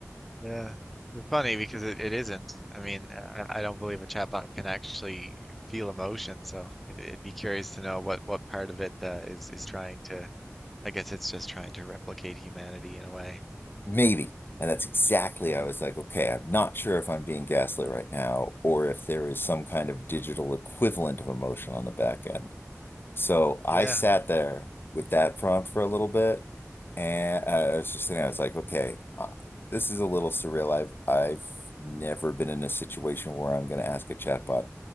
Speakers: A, in the centre; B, on the left.
A: Yeah, it's funny because it, it isn't. I mean, I, I don't believe a chatbot can actually feel emotion, so it, it'd be curious to know what what part of it uh, is is trying to. I guess it's just trying to replicate humanity in a way.
B: Maybe. And that's exactly,
A: Yeah,
B: I was like, okay, I'm not sure if I'm being gaslit right now or if there is some kind of digital equivalent of emotion on the back end. So I
A: yeah.
B: sat there with that prompt for a little bit, and I I was just sitting. I was like, okay, uh, this is a little surreal. I've I've never been in a situation where I'm going to ask a chatbot,